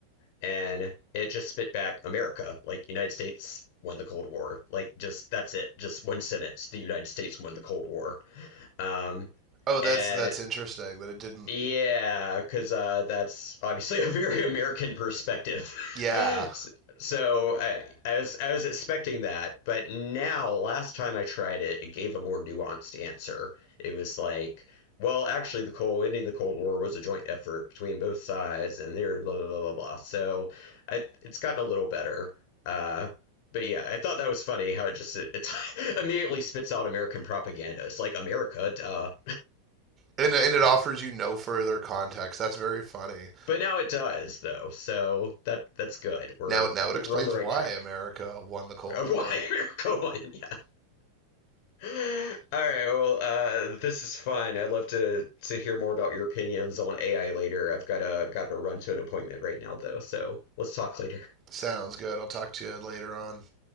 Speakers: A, on the left (about 45°); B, on the right (about 25°).
A: and it just spit back America, like United States won the Cold War, like just that's it, just one sentence, the United States won the Cold War, um,
B: Oh, that's
A: and
B: that's interesting that it didn't.
A: yeah, because uh, that's obviously <laughs> a very American perspective.
B: Yeah,
A: <laughs> So I, I was I was expecting that, but now last time I tried it, it gave a more nuanced answer. It was like, well, actually, the cold ending the Cold War was a joint effort between both sides, and they're blah blah blah blah blah. So I, it's gotten a little better. Uh, but yeah, I thought that was funny how it just it, it's <laughs> immediately spits out American propaganda. It's like America, duh.
B: and and it offers you no further context. That's very funny.
A: But now it does though, so that that's good. We're
B: Now now it explains
A: we're on the right
B: why
A: track.
B: America won
A: <laughs>
B: the Cold
A: Why
B: War.
A: go on? Yeah. All right. Well, uh, this is fun. I'd love to to hear more about your opinions on AI later. I've got a got to run to an appointment right now though, so let's talk later.
B: Sounds good. I'll talk to you later on.